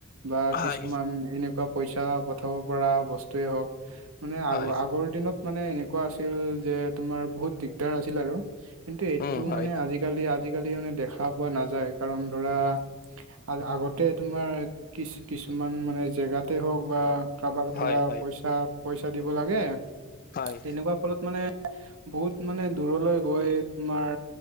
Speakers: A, on the right (about 70°); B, on the left (about 40°).
A: বা
B: হয়
A: কিছুমান এনে, পইচা পঠাব পৰা বস্তুৱে হওক মানে আগ
B: হয়
A: আগৰ দিনত, মানে এনেকুৱা আছিল যে তোমাৰ বহুত দিগদাৰ আছিল আৰু কিন্তু এইটো
B: উম হয়
A: মানে আজি, কালি আজিকালি মানে দেখা পোৱা নাযায় কাৰণ ধৰা আ আগতে তোমাৰ, কিছ কিছুমান মানে জেগাতে হওক বা, কাৰোবাক ধৰা
B: হয় হয়
A: পইচা পইচা দিব লাগে
B: হয়
A: তেনেকুৱা ফলত মানে, বহুত মানে দূৰলৈ গৈ তোমাৰ